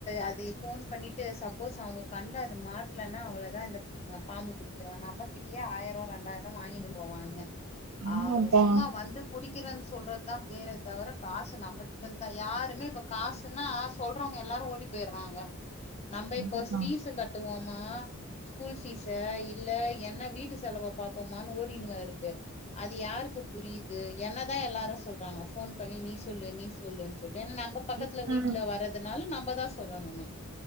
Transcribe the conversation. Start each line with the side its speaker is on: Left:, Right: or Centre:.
Left: அது போன் பண்ணி டு சப்போஸ் அவங்க கண்ல அது மாட்டலன்னா அவ்ளோதான் இந் பாம்பு புடிக்கிற நம்ம கிட் இங்கயே ஆயிரம் ரெண்டாயிரம் வாங்கினு போவாங்க
Right: ஆமாப்பா
Left: அவனுங்க சும்மா வந்து புடிக்கிறன்னு சொல்றது தான் பேர தவிர காசு நம்மகிட்ட தான் யாருமே இப்ப காசுன்னா ஆஸ் சொல்றவங்க எல்லாரு ஓடி போயட்றாங்க நம்ம
Right: கண்டிப்பா
Left: இப்போ ஃபீஸ் கட்டுவோமா ஸ்கூல் ஃபீஸ இல்ல என்ன வீட்டு செலவ பாப்போமானு ஓடினுங்க இருக்கு அது யாருக்கு புரியுது என்னதான் எல்லாரும் சொல்றாங்க போன் பண்ணி நீ சொல்லு நீ சொல்லு சொல்லிட்டு ஏன்னா நம்ம பக்கத்துல
Right: இல்லன்னா
Left: வீட்ல வர்றதுனால நம்மதா சொல்லணுமா